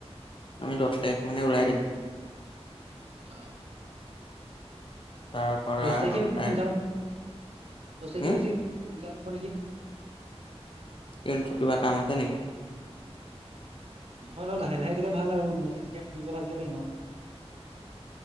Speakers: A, on the left; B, on the right.
A: আমি দহ তাৰিখ মানে ওলাই দিম।
B: অ'।
A: তাৰ পৰা
B: দহ তাৰিখে বেছি
A: তাৰিখ
B: সোনকাল হ'ব নেকি? দহ তাৰিখে
A: হম,
B: বেছি সোনকাল হ'ব নেকি?
A: এইটো তোৰ কিবা কাম আছে নেকি?
B: নহয়, নহয় লাহে লাহে গ'লে ভাল আৰু মানে তেতিয়া ফুৰিব ভালকে পাৰিম আৰু।